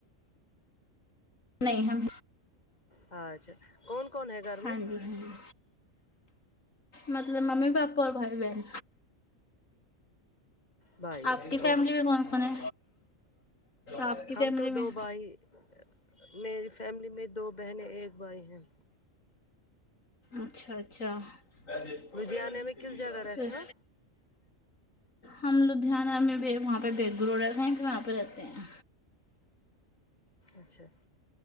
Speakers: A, on the left; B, on the left.
A: نہیں ہم
B: ہاں جا کون کون ہے گھر
A: ہاں جی ہاں جی مطلب ممی پاپا اور بھائی بہن
B: بھائی بہن
A: آپ کی فیملی
B: اوکے
A: بھی کون کون ہے آپ کی فیملی
B: ہم تو
A: میں
B: دو
A: <unintelligible>
B: بھائی میری فیملی میں دو بہنیں ایک بھائی ہیں
A: اچھا اچھا اچھا
B: لدھیانے میں کس جگہ رہتے ہو
A: ہم لوگ <unintelligible> دہھن میں وہاں پہ بگ رو رہتے ہیں کہ وہاں پہ رہتے ہیں
B: اچھا